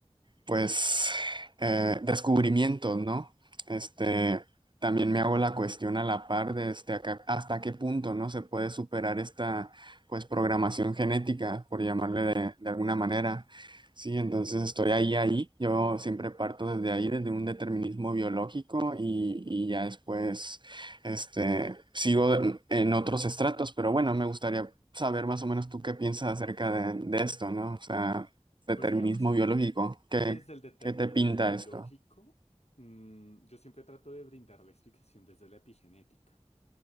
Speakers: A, on the right; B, on the left.
A: pues eh, descubrimientos, ¿no? Este, también me hago la cuestión a la par de este, acá- hasta qué punto, ¿no? Se puede superar esta, pues, programación genética, por llamarle de, de alguna manera. Sí, entonces estoy ahí, ahí. Yo siempre parto desde ahí, desde un determinismo biológico y, y ya después, este, sigo en en otros estratos, pero bueno, me gustaría saber más o menos tú qué piensas acerca de, de esto, ¿no? O sea, Determinismo
B: pues digamos,
A: biológico. ¿Qué,
B: ¿qué es el determinismo
A: qué te pinta
B: biológico?
A: esto?
B: Mm, yo siempre trato de brindar la explicación desde la epigenética.